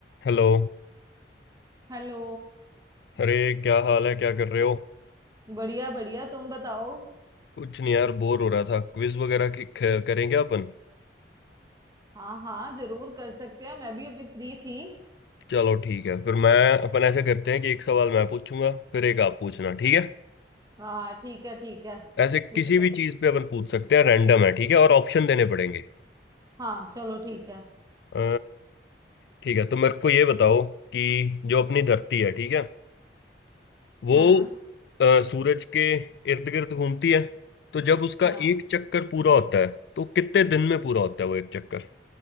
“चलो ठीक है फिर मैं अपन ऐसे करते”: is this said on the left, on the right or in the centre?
Left